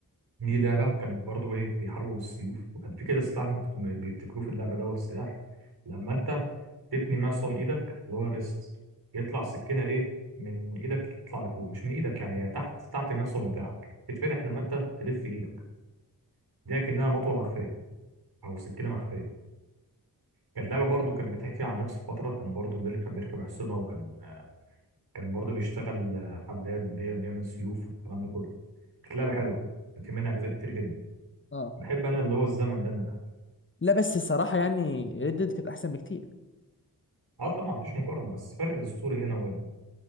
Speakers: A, on the right (about 65°); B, on the left (about 30°).
A: دي لعبه كان برضو ايه بيحاربوا بالسيوف وكان في كده سلاح مخت... بيبتكروه في اللعبه دوت سلاح لما انت تتني معصم ايدك اللي هو الريست يطلع سكينه ايه من ايدك تطلع لفوق مش من ايدك يعني هي تحت تحت المعصم بتاعك تتفتح لما انت تلف ايدك دي كأنها مطوة مخفية أو سكينة مخفية كانت لعبة برضو كانت بتحكي عن نفس الفترة كان برضو بيركب بيركب حصنة وكان آه، كان برضو بيشتغل آه، حداد بي- بيعمل سيوف والكلام ده كله كانت لعبة حلوة كان في منها أجزاء كتير جدا
B: اه
A: بحب أنا اللي هو الزمن ده من الألعاب
B: لا بس الصراحه يعني ريد ديد كانت احسن بكتير
A: أه طبعا مفيش مقارنة بس فرق الأسطوري هنا وهنا